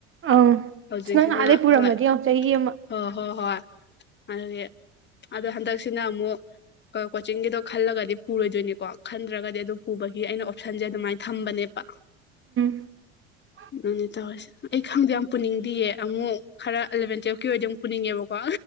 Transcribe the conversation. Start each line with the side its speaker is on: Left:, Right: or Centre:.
Right: ꯑꯧ
Left: ꯍꯧꯖꯤꯛꯁꯤꯅ
Right: ꯑꯁ ꯅꯪ ꯅꯍꯥꯟꯗꯩ ꯄꯨꯔꯝꯃꯗꯤ
Left: ꯍꯣꯏ
Right: ꯌꯦꯡꯉꫭ ꯆꯍꯤ ꯑꯃ
Left: ꯍꯣꯏ ꯍꯣ ꯍꯣꯏ ꯑꯗꯨꯒꯤ ꯑꯗꯣ ꯍꯟꯗꯛꯁꯤꯅ ꯑꯃꯨꯛ ꯀꯣꯆꯤꯡꯒꯤꯗꯣ ꯈꯜꯂꯒꯗꯤ ꯄꯨꯔꯣꯏꯗꯣꯏꯅꯤꯀꯣ ꯈꯟꯗ꯭ꯔꯒꯗꯤ ꯑꯗꯨ ꯄꯨꯕꯒꯤ ꯑꯩꯅ ꯑꯣꯞꯁꯟꯁꯦ ꯑꯗꯨꯃꯥꯏꯅ ꯊꯝꯕꯅꯦꯕ
Right: <inaudible>
Left: ꯃꯅꯦ ꯇꯧꯔꯁꯦ ꯑꯩ ꯈꯪꯗꯦ ꯌꯥꯝ ꯄꯨꯅꯤꯡꯗꯌꯦ ꯑꯃꯨꯛ ꯈꯔ ꯑꯦꯂꯚꯦꯟ ꯇꯨꯋꯦꯜꯞꯀꯤ ꯑꯣꯏꯗꯤ ꯑꯃꯨꯛ ꯄꯨꯅꯤꯡꯉꯦꯕꯀꯣ